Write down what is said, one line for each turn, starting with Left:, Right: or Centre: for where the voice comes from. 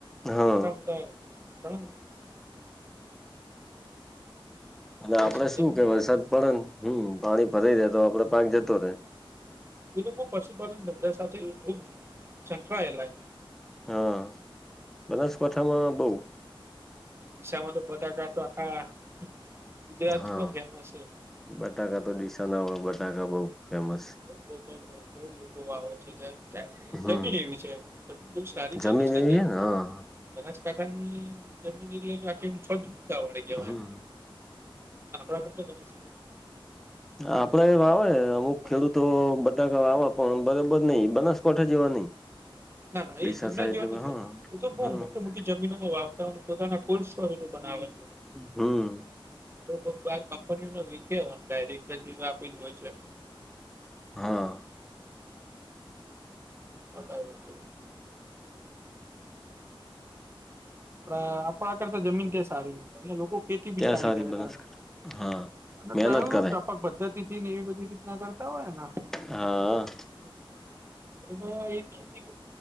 Centre: હા
Right: મોટા મોટા સંગ્રહ
Centre: અને
Right: વગેરે
Centre: આપડે
Right: છે
Centre: શું
Right: ત્યાં
Centre: કે
Right: જમીન
Centre: વરસાદ પડે ને હમ પાણી ફરાઈ રે તો આપડે પાક જતો રહેે
Right: એ લોકો પશુપાલન ધંધા સાથે ખુબ સંકળાયેલા
Centre: હા બનાસકાંઠામાં બહુ
Right: દિશામાં તો બટાકા તો આખા ગુજરાતમાં
Centre: હા
Right: ફેમસ છે,
Centre: બટાકા તો દિસા ના હોય બટાકા બઉ ફેમસ
Right: લોકો બહુ લોકો વાવેત છે, ત્યાં
Centre: હમ
Right: જમીન એવી છે, જમીન બહુ સારી
Centre: જમીન
Right: છે, દિશા
Centre: એવી
Right: થઈ.
Centre: હે ને હા
Right: બનાસકાંઠા ની જમીન એલે કે આખી છોતા વડે કેવાય.
Centre: હમ
Right: આપણા કરતો ગણી છે.
Centre: આપડે એ આવે અમુક ખેડૂતો
Right: લાગે
Centre: બધા આવા પણ બરોબર નઈ બનાસકાંઠા જેવા નહી.
Right: ના, ના
Centre: ડીસા
Right: એઈના
Centre: સાઈડમાં
Right: જીવન
Centre: હા
Right: એ તો બઉ
Centre: હા
Right: મોટી મોટી જમીનોમાં વાવતા હોય પોતાના ફૂલ સોરી બનાવે.
Centre: હું.
Right: એ તો બાર કંપનીઓ વીકે ડાયરેક્ટર રીજ આપેલું હોય છે.
Centre: હા,
Right: હ થકાય હો તો આપ આપણા કરતા જમીન તે સારી અને લોકો ખેતી
Centre: ત્યાં
Right: બી સારી કરે
Centre: બનાસકાંઠા
Right: છે,
Centre: હા
Right: અને
Centre: મહેનત
Right: કય
Centre: કરે
Right: ટપક પદ્ધતિ ને એવી બધી રીતના કરતા હોય.
Centre: હા
Right: હું. એમાં એક ખેતી